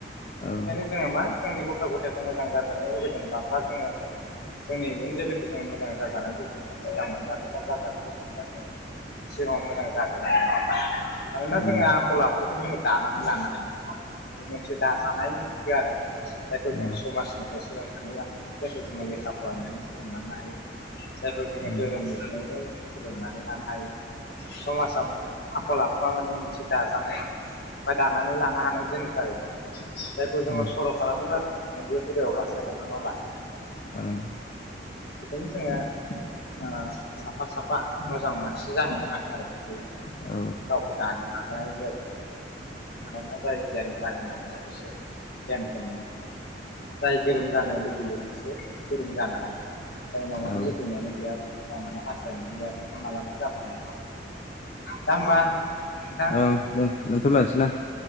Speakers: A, on the left; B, on the left.
A: औ
B: बेनिखायनो जोङो मा जोंनि गथ' गथाय मोजां जाजानो लुबैदोंबा बा जोङो जोंनि उन जोलैखौ जों मोजाङै जाजानो लुबैदोंबा मोजां मोनजानायल जाजानो लुबैदोंबा जों सिगाङाव मोजां जाग्रोनांगौ नङा होमबा? मानोना
A: उम
B: जोङो
A: उम
B: आखल आखुखौ जोङो दानानै लानो हायो बे मोनसे दाजानाय आरो जायखौ
A: उम
B: जों समाजनिफ्राय सोलोंनानै लानायनि जायखौ जोङो लेखा फरायनानै सोलोंना लानो हायो जायखौ जोङो
A: उम
B: धोरोमनि बिजोंजों सोलोंनानै लानो हायो। समाजाव आखल आखुआ माने मोनसे दाजानाय बा दानानै लानो हानाय जिनिस <unintelligible> <unintelligible> जायखौ जोङो
A: उम
B: सर' खालामो नाथाय बेयो हुदायाव गास्लायलाङो नङा होमबा?
A: ओम
B: एखायनो जोङो ओ साफा साफा मोजां मानसि जाहैनो हागोन आरो बिदि
A: औ
B: गावखौ दानो हानाय जायो आरो मानोना जाय गियानि जानो नागिरो बेसो गियानखौ मोनो। जाय गोरों जानो लुुबैयो बिसोर गोरों जानो हायो जायनाव माने
A: औ
B: लुबैनायानो गैया अ' मोननो हास्थायनायानो गैयाबा मालाबो जाफुंनाय नङा दा होमबा नोंथां
A: ओंं दोन-दोनथ'लायनोसै ना